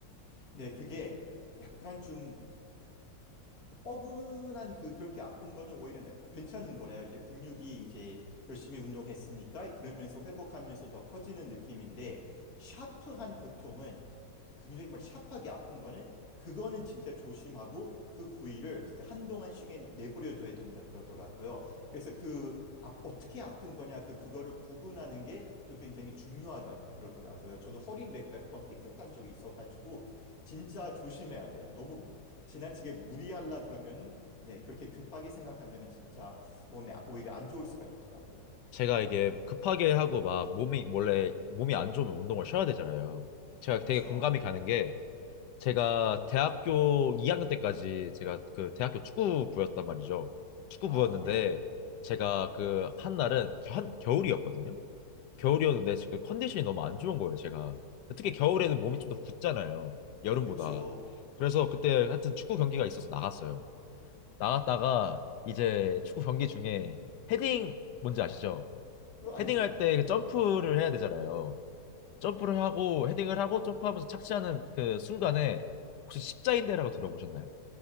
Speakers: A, on the left; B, on the left.
A: 네, 그게 약간 좀 그 뻐근한 그 그렇게 아픈 거는 오히려 나- 그 괜찮은 거래요. 이제 근육이 이제 열심히 운동했으니까 그러면서 회복하면서 더 커지는 느낌인데 샤프한 고통은 굉장히 막 샤프하게 아픈 거는 그거는 진짜 조심하고 그 부위를 진짜 한동안 쉬게 내버려둬야 된다 그러더라고요. 그래서 그 아, 어떻게 아픈 거냐 그 그거를 구분하는 게 또 굉장히 중요하다 그러더라고요. 저도 허리 몇 번 삐끗한 적이 있어가지고 진짜 조심해야 돼요. 너무 지나치게 무리하려 그러면은 네, 그렇게 급하게 생각하면은 진짜 몸에 오히려 안 좋을 수가 있더라고요.
B: 제가 이게 급하게 하고 막 몸이 원래 몸이 안 좋으면 운동을 쉬어야 되잖아요. 제가
A: 그쵸.
B: 되게 공감이 가는 게 제가 대학교 2학년 때까지 제가 그 대학교 축구부였단 말이죠. 축구부였는데
A: 아, 네.
B: 제가 그 한 날은 겨- 한 겨울이었거든요. 겨울이었는데 그 컨디션이 너무 안 좋은 거예요, 제가.
A: 아이고.
B: 특히 겨울에는 몸이 좀 더 붓잖아요. 여름보다.
A: 그쵸.
B: 그래서 그때 하여튼 축구 경기가 있어서 나갔어요. 나갔다가 이제 축구 경기 중에 헤딩 뭔지 아시죠?
A: 그거 알죠,
B: 헤딩할
A: 나.
B: 때그
A: 네.
B: 점프를 해야 되잖아요. 점프를 하고 헤딩을 하고 점프하면서 착지하는 그 순간에 혹시 십자인대라고 들어보셨나요?